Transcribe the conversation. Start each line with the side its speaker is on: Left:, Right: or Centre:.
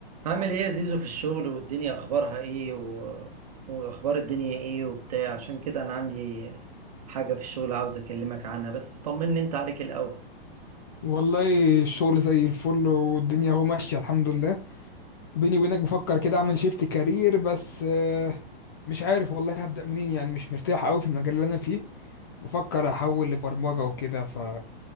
Right: عامل ايه يا زيزو في الشغل والدنيا اخبارها ايه و... واخبار الدنيا ايه وبتاع عشان كده انا عندي حاجة في الشغل عاوز اكلمك عنها بس طمني انت عليك الاول
Left: والله الشغل زي الفل والدنيا اهو ماشية الحمد لله بيني وبينك بفكر كده اعمل شيفت كارير بس آه، مش عارف والله هبدأ منين يعني مش مرتاح قوي في المجال اللي انا فيه بفكر احول لبرمجة وكده ف